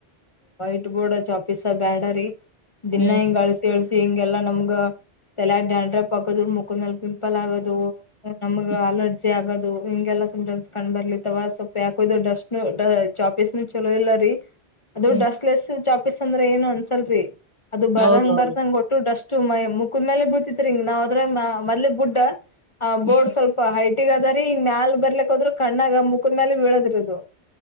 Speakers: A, on the left (about 30°); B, on the right (about 15°).
A: ವೈಟ್ ಬೋರ್ಡ್ ಚಾಕ್ಫೀಸ್ ಬ್ಯಾಡರಿ. ದಿನಾ
B: ಹ್ಮ್
A: ಹಿಂಗ್ ಅಳಸಿ ಅಳ್ಸಿ ಹಿಂಗೆಲ್ಲಾ ನಮ್ಗ ತಲೆ ಡ್ಯಾನ್ಡ್ರಪ್ ಆಗದು ಮುಖ ಮೇಲ್ ಪಿಂಪಲ್ ಆಗೋದು ನಮಗ
B: ಹ್ಮ್
A: ಅಲರ್ಜಿ ಆಗದ್ ಹಿಂಗೆಲ್ಲ ಸಿಮ್ಟಮ್ಸ್ ಕಂಡ್ ಬರ್ಲತ್ತವ ಸ್ವಲ್ಪ ಯಾಕೊ ಇದು ಡಸ್ಟ ಚಾಪೀಸ್ನು ಚಲೋ ಇಲ್ಲ ರೀ. ಅದು
B: ಹ್ಮ್
A: ಡಸ್ಟ್ಲೆಸ್ ಚಾಪೀಸ್ ಅಂದ್ರೆ ಏನು ಅನ್ಸಲ್ರಿ. ಅದು ಬರಂಗ್
B: ಹೌದೌದು
A: ಬರ್ದಂಗ್ ಓಟು ಡಷ್ ಅಷ್ಟ ಮ ಮುಖದ ಮೇಲೆ ಬೀಳ್ತಿತ್ರಿ ನಾವ್ ಅದ್ರ ಮೋದಲ ಬುಡ್ಡ. ಹ ಬೋರ್ಡ್
B: ಹ್ಮ್
A: ಸ್ವಲ್ಪ ಹೈಟ್ ಗ ಅದರ ಈ ಮ್ಯಾಲ್ ಬರ್ಲಿಕ್ ಹೋದ್ರು ಕಣ್ಣಾಗ ಮುಖದ ಮೇಲೆ ಬೀಳದ ರಿ ಅದು.